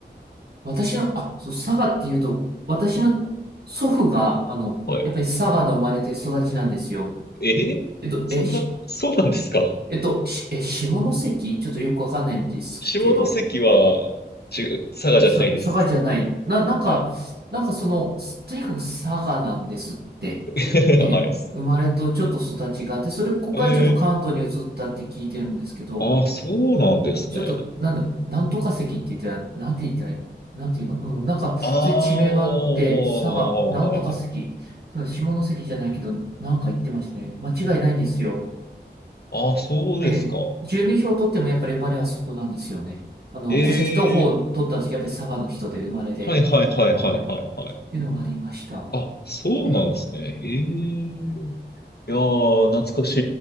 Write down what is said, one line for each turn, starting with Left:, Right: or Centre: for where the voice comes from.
Right: 私の、あ、そう、佐賀っていうと、私の祖父が、あの、
Left: はい。
Right: やっぱり佐賀の生まれて育ちなんですよ。
Left: えーそんな、
Right: えっと、え、
Left: そうなんですか
Right: えっと、し、え、下関ちょっとよくわかんないんですけど、
Left: 下関は、ち、佐賀じゃないです。
Right: さ、佐賀じゃない。な、なんか、
Left: はい。
Right: なんかその、とにかく佐賀なんですって。
Left: <laughs>
Right: え、
Left: はい。
Right: 生まれとちょっと育ちがあって、それ、ここからちょっと関東に移ったって聞いてるんですけど、
Left: えー、ああ、そうなんですね。
Right: ちょっと、なんだ、なんとか関って言ってたら、なんて言ったら、なんていうか、うん、なんか、
Left: ああ、
Right: そういう地名があって、
Left: はいはい。
Right: 佐賀、なんとか関、そう下関じゃないけど、なんか言ってましたね。間違いないんですよ。
Left: ああ、そうですか。
Right: ええ、住民票を取ってもやっぱり生まれはそこなんですよね。あの、
Left: え
Right: 戸籍謄本を取ったんですけど、
Left: ー、
Right: やっぱり佐賀の人で生まれで、
Left: はいはいはいはいはいはい。
Right: はい、っていうのがありました。
Left: あ、そうなんですね。
Right: ええ、
Left: ええ。いやー、懐かし